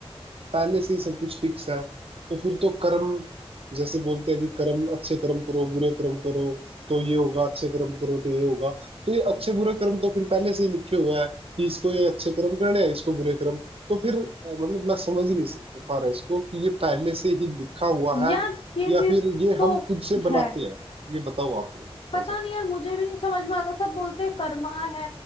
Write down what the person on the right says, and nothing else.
पहले से ही सब कुछ फिक्स है तो फिर तो कर्म जैसे बोलते हैं कि कर्म अच्छे कर्म करो बुरे कर्म करो तो ये होगा अच्छे कर्म करो तो ये होगा तो ये अच्छे बुरे कर्म तो फिर पहले से ही लिखे हुआ है कि इसको ये अच्छे कर्म करने हैं इसको बुरे कर्म तो फिर अ, मतलब मैं समझ नहीं सक- पा रहा इसको कि ये पहले से ही लिखा हुआ है
या
फिर ये
हम खुद से बनाते
हैं ये बताओ आप मेरे को थोड़ा
सा